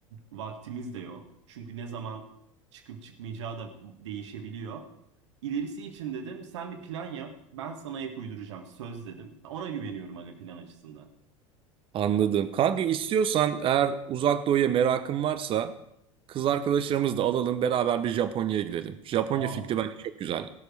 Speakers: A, on the right; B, on the right.
A: vaktimiz de yok. Çünkü ne zaman çıkıp çıkmayacağı da değişebiliyor. İlerisi için dedim sen bir plan yap, ben sana ek uyduracağım söz dedim. Ona güveniyorum aga plan açısından.
B: Anladım. Kanka istiyorsan eğer uzak doğuya merakın varsa kız arkadaşlarımızı da alalım beraber bir Japonya'ya gidelim. Japonya
A: Aa,
B: fikri bence çok güzel.